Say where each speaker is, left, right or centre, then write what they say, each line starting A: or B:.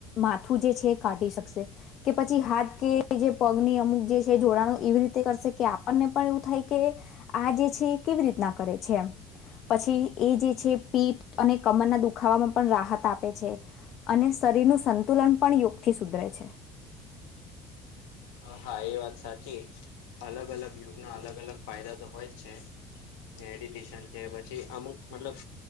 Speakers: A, on the left; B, on the left.
A: માથું જે છે એ કાઢી શકશે. કે પછી હાથ કે જે પગની અમુક જે છે જોડાણો એવી રીતે કરશે કે આપણને પણ એવું થાય કે. આ જે છે કેવી રીતના કરે છે પછી એ જે છે. પીઠ અને કમરના દુખાવાવામાં પણ રાહત આપે છે. અને શરીરનું સંતુલન પણ યોગથી સુધરે છે.
B: હા એ વાત સાચી અલગ અલગ યુગના અલગ અલગ ફાયદા તો હોય જ છે. મેડિટેશન છે પછી અમુક મતલબ.